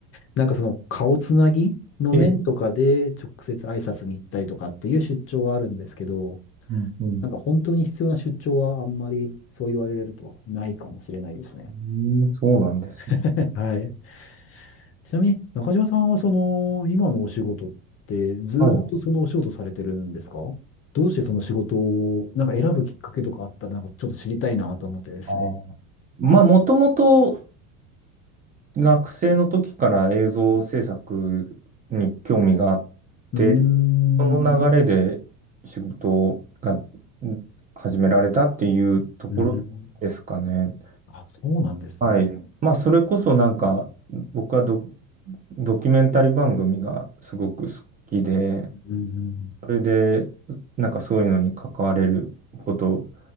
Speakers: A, on the left; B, on the right.
A: なんかその顔つなぎの面とかで直接挨拶に行ったりとかっていう出張はあるんですけど、
B: い。ええ、うん、うん。
A: なんか本当に必要な出張はあんまりそう言われるとないかもしれないですね。
B: うんそうなんですね。
A: <laughs> はい。ちなみに中島さんはその今のお仕事ってずっとそのお仕事されてるんですか
B: はい。
A: どうしてその仕事をなんか選ぶきっかけとかあったらなんかちょっと知りたいなと思ってですね。
B: ああ。まあ、もともと学生の時から映像制作に興味があって、
A: うんうーん。
B: その流れで仕事がうん始められたっていうところですかね。
A: うん。あ、そうなんですね。
B: はい。まあ、それこそなんか、僕はド、ドキュメンタリー番組がすごく好きで、
A: うん
B: それで、なんかそういうのに関われることを